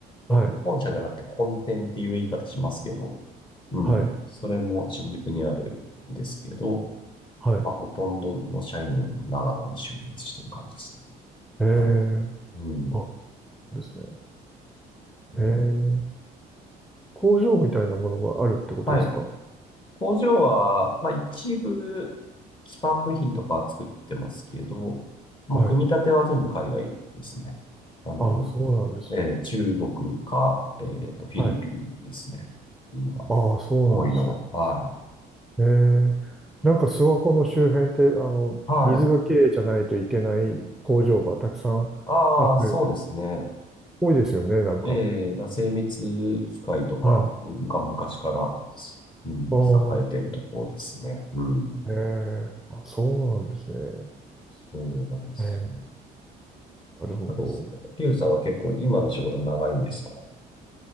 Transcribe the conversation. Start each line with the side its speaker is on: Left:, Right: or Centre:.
Left: 本、
Centre: はい、
Left: 本社じゃなくて本店っていう言い方しますけど、うん。
Centre: はい、
Left: それも新宿にあるんですけど、
Centre: はい。
Left: まあ、ほとんどの社員は長野に集結してる感じですね。
Centre: ええ、
Left: あ、うん。
Centre: あ、そうですね。
Left: うん。
Centre: ええ、工場みたいなものがあるってことですか
Left: はい。工場は、まあ、一部、基幹部品とかは作ってますけど、もう組み立ては全部海外ですね。
Centre: はい。
Left: なんで、
Centre: あ、そうなんですね。
Left: えー中国か、えーと、フィリピンですね。
Centre: はい。
Left: 今、
Centre: あ、そうなんですね。
Left: 多いのは。はい。
Centre: ええ、なんか諏訪湖の周辺って、あの、
Left: はい。
Centre: 水がきれいじゃないといけない工場がたくさんあって、
Left: ああ、そうですね。
Centre: 多いですよね、なんか。
Left: えー、だから精密機械とか、
Centre: はい。
Left: が昔から、うん、
Centre: ああ、
Left: 栄えてるところですね。うん。
Centre: ええあ、そうなんですね。
Left: そうなんですよ。
Centre: ええなるほど。
Left: あれですか、リュウさんは結構今の仕事長いんですか